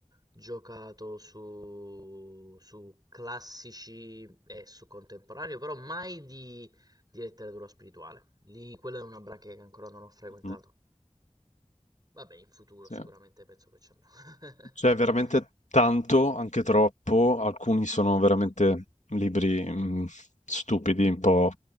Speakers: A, on the right; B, on the left.
A: giocato su su classici e su contemporaneo, però mai di di letteratura spirituale. Lì quella è una branca che ancora non ho frequentato.
B: mm,
A: Vabbè, in futuro
B: sì.
A: sicuramente penso che ci andrò. <laughs>
B: C'è veramente tanto, anche troppo, alcuni sono veramente libri mm, stupidi, un po'